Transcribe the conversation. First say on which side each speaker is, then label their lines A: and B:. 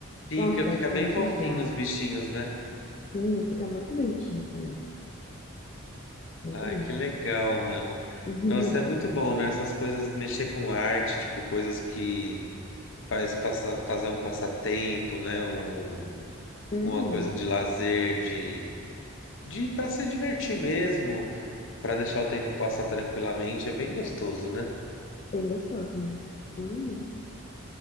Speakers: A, on the left; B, on the left.
A: fica,
B: Nossa,
A: fica
B: ficou
A: bem
B: muito
A: fofinho
B: legal.
A: os bichinhos, né?
B: Sim, fica muito bonitinho também. Muito
A: Ai,
B: lindo.
A: que legal, mano.
B: <laughs> Uhum.
A: Nossa, é muito bom, né? Essas coisas, mexer com arte, tipo, coisas que faz passa, fazer um passatempo, né? Um,
B: Uhum.
A: uma coisa de lazer, de, de para se divertir mesmo, para deixar o tempo passar tranquilamente, é bem gostoso, né?
B: Bem gostoso mesmo. Uhum.